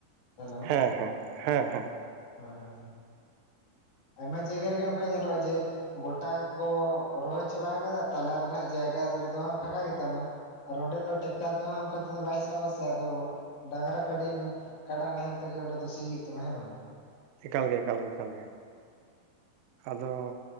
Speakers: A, on the left; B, on the right.
A: ᱦᱮᱞᱳ
B: ᱦᱮᱸ ᱦᱮᱸ ᱦᱮᱸ ᱦᱮᱸ
A: ᱦᱳᱭ, ᱦᱳᱭ ᱟᱭᱢᱟ ᱡᱟᱭᱜᱟ ᱨᱮᱜᱮ ᱚᱱᱠᱟ ᱧᱮᱞᱚᱜᱼᱟ ᱡᱮ ᱜᱚᱴᱟ ᱠᱚ ᱨᱚᱦᱚᱭ ᱪᱟᱵᱟ ᱟᱠᱟᱫᱟ ᱛᱟᱞᱟ ᱨᱮᱱᱟᱜ ᱡᱟᱭᱜᱟ ᱨᱮᱫᱚ ᱦᱟᱸᱜ ᱯᱷᱟᱸᱠᱟ ᱜᱮ ᱛᱟᱢᱟ᱾ ᱟᱨ ᱚᱸᱰᱮ ᱫᱚ ᱴᱨᱟᱠᱴᱟᱨ ᱫᱚ ᱦᱟᱸᱜ ᱚᱱᱠᱟ ᱛᱮᱫᱚ ᱵᱟᱭ ᱥᱟᱵᱟ ᱥᱮ ᱟᱫᱚ ᱰᱟᱝᱨᱟ ᱠᱟᱹᱰᱤ ᱠᱟᱰᱟ ᱱᱟᱦᱮᱞ ᱛᱮᱜᱮ ᱚᱸᱰᱮ ᱫᱚ ᱥᱤ ᱦᱩᱭᱩᱜ ᱛᱟᱢᱟ ᱦᱮᱸ ᱵᱟᱝ?
B: ᱮᱠᱟᱞ ᱜᱮ, ᱮᱠᱟᱞ ᱜᱮ, ᱮᱠᱟᱞ ᱜᱮ ᱟᱫᱚ